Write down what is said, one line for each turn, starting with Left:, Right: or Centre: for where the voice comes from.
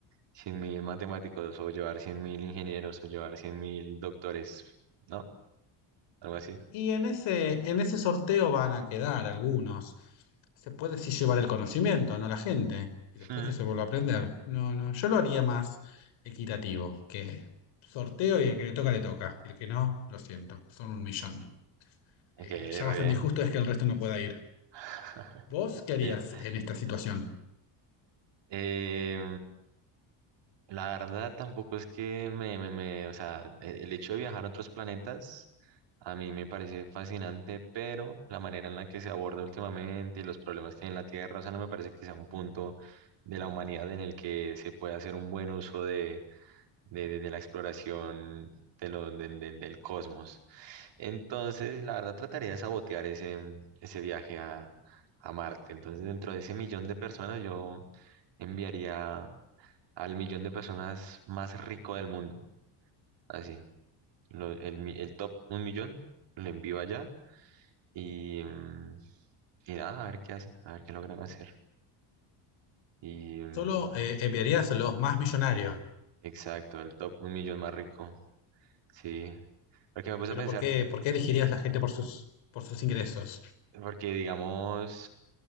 Right: cien mil matemáticos o llevar cien mil ingenieros o llevar cien mil doctores, ¿no? Algo así.
Left: Y en ese, en ese sorteo van a quedar algunos. Se puede sí llevar el conocimiento, no la gente, y después
Right: Mm,
Left: que se vuelva a aprender. No, no, yo lo haría más equitativo, que sorteo y el que le toca, le toca. Y el que no, lo siento, son un millón.
Right: Ok,
Left: Eh,
Right: re
Left: ya bastante
Right: bien.
Left: injusto es que el resto no pueda ir.
Right: <laughs>
Left: ¿Vos qué harías
Right: Bien.
Left: en esta situación?
Right: Eh, la verdad tampoco es que me, me, me- o sea, e- el hecho de viajar a otros planetas a mí me parece fascinante, pero la manera en la que se aborda últimamente y los problemas que hay en la Tierra, o sea, no me parece que sea un punto de la humanidad en el que se pueda hacer un buen uso de, de, de- de la exploración de lo, de- de- del cosmos. Entonces, la verdad trataría de sabotear ese, ese viaje a, a Marte. Entonces, dentro de ese millón de personas, yo... enviaría al millón de personas más rico del mundo. Así, lo- el, mi- el top un millón lo envío allá y, mm, y nada, a ver qué hacen, a ver qué logran hacer. Y mm,
Left: ¿Solo eh, enviarías a los más millonarios?
Right: exacto, el top un millón más rico. Sí, porque me puse
Left: Pero
Right: a pensar,
Left: ¿por qué, por qué elegirías la gente por sus, por sus ingresos?
Right: porque digamos.